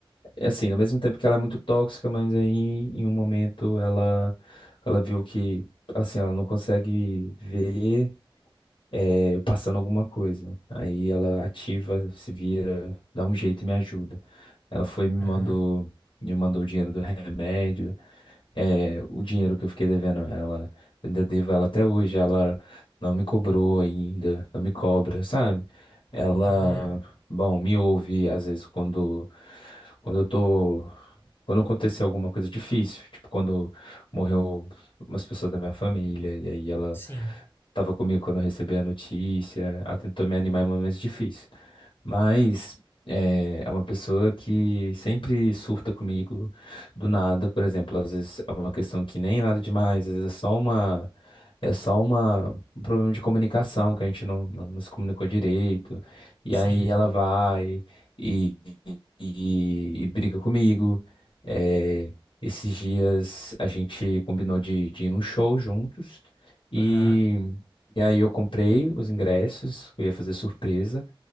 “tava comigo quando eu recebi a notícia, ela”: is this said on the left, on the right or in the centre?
Left